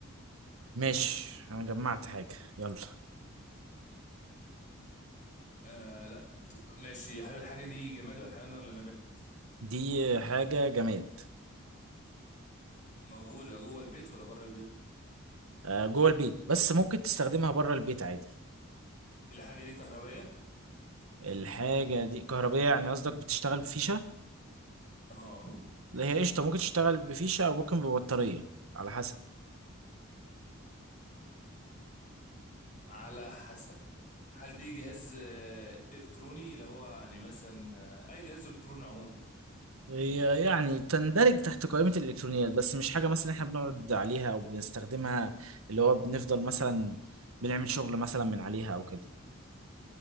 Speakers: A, on the right (about 85°); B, on the left (about 40°).
A: ماشي أنا جمعت حاجة يلا
B: آه لا انت ماشي هل الحاجه دي جماد ولا حيوان ولا نبات
A: دي حاجة جماد
B: موجوده جوه البيت ولا بره البيت
A: أه، جوه البيت بس ممكن تستخدمها بره البيت عادي
B: الحاجه دي كهربائيه
A: الحاجة دي كهربية يعني قصدك بتشتغل بفيشة؟
B: اه
A: لا هي قشطة ممكن تشتغل بفيشة أو ممكن ببطارية على حسب
B: على حسب هل دي جهاز آه، الكتروني اللي هو يعني مثلا آه، اي جهاز الكتروني عموما
A: هي يعني تندرج تحت قائمة الإلكترونيات بس مش حاجة مثلا إحنا بنقعد عليها أو بنستخدمها اللي هو بنفضل مثلا بنعمل شغل مثلا من عليها أو كده